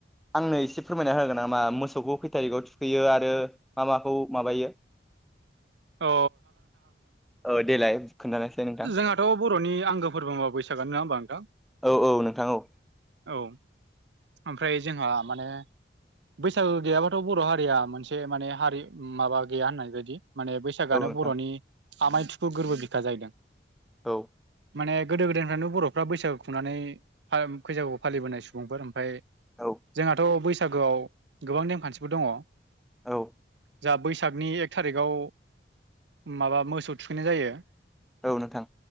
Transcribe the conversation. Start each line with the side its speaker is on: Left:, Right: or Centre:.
Centre: आंनो एसे फैयो आरो मा माखौ माबायो
Right: अ
Centre: औ देलाय खोन्थानायसै नोंथां
Right: जोंहाथ' बर'नि आंगो फोरबो होमबा बैसागोआनो नङा होमबा नोंथां
Centre: औ औ नोंथां औ
Right: औ ओमफ्राय जोंहा माने बैसागु गैयाबाथ' बर' हारिया मोनसे माने हारि माबा गैया होननाय बायदि माने बैसागोआनो
Centre: औ नोंथां
Right: बर'नि आमाय थुखुल गोरबो बिखा जाहैदों
Centre: औ
Right: माने गोदो गोदायनिफ्रायनो बर'फ्रा बैसागु खुंनानै बैसागु फालिबोनाय सुबुंफोर ओमफ्राय
Centre: औ
Right: जोंहाथ' बैसागोआव गोबां नेमखानथिफोर दङ
Centre: औ
Right: जा बैसागुनि एक थारिखाव माबा मोसौ थुखैनाय जायो
Centre: औ नोंथां